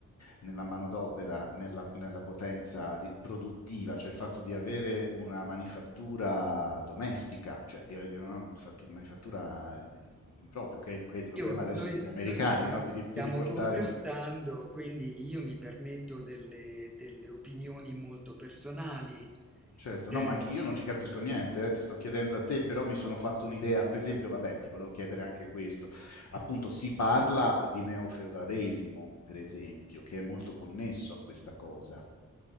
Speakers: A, on the left; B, in the centre.
A: nella manodopera, nella, nella potenza di- produttiva, cioè il fatto di avere una manifattura domestica, cioè di, di una fattu- manifattura in proprio, che è, il che è il problema
B: Io, noi,
A: adesso degli americani,
B: noi stiamo,
A: no? Di, ri-
B: stiamo
A: di riportare
B: conversando,
A: un...
B: quindi io mi permetto delle, delle opinioni molto personali.
A: Certo,
B: Eh,
A: no, ma anche io non ci capisco niente, eh, ti sto chiedendo a te, però mi sono fatto un'idea, per esempio, vabbè, ti volevo chiedere anche questo, appunto si parla di neofeudalesimo, per esempio, che è molto connesso a questa cosa,